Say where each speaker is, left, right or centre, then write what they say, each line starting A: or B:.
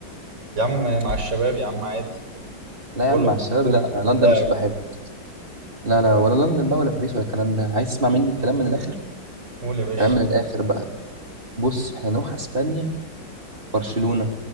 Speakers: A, on the right (about 70°); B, on the right (about 25°).
A: يا عم مع الشباب يا عم عادي
B: لا
A: بقول
B: يا عم
A: لك
B: مع الشباب
A: نزور
B: لا
A: ملاعب
B: لندن مش تبقى
A: والكلام
B: حلوه
A: ده
B: لا لا ولا لندن بقى ولا باريس ولا الكلام ده عايز تسمع مني الكلام من الاخر
A: قول يا باشا
B: كلام من الاخر بقى بص احنا نروح اسبانيا برشلونه